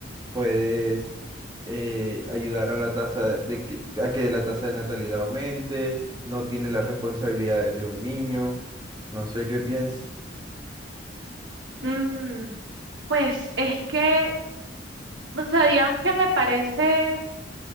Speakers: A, on the right; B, on the right.
A: puedes eh, ayudar a la tasa de que, a que la tasa de natalidad aumente, no tienes las responsabilidades de un niño, no sé qué piensas,
B: Mm, pues es que, o sea, digamos que me parece